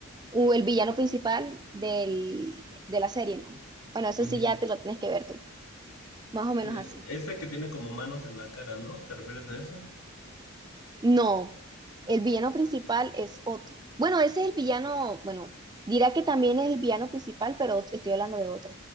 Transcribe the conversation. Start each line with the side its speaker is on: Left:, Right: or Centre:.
Right: o el villano principal del, de la serie, ¿no? Bueno, eso
Left: ujú.
Right: sí ya te lo tienes que ver tú, más o menos
Left: Sí,
Right: así.
Left: esa que tiene como manos en la cara, ¿no? ¿Te refieres a ese?
Right: No, el villano principal es otro. Bueno, ese es el villano, bueno, dirá que también es el villano principal, pero estoy hablando de otro,